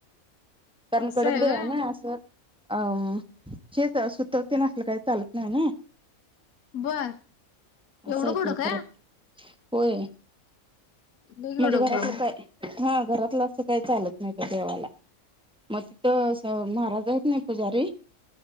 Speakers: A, in the centre; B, on the left.
A: कारण
B: असं
A: कडक
B: आहे
A: देव
B: व्हय.
A: हाय नय असं अम तेच सुतक तेन आसलं काही चालत नाही नय
B: बर
A: अस
B: एवढं
A: हाय
B: कडक
A: ते
B: काय
A: परत. होय
B: लई
A: म्हणजे
B: कडक
A: घरातलं
B: बा मग
A: काय. हा घरातलं असं काही चालत नाही त्या देवाला म तिथं अस महाराज हाय कनाय पुजारी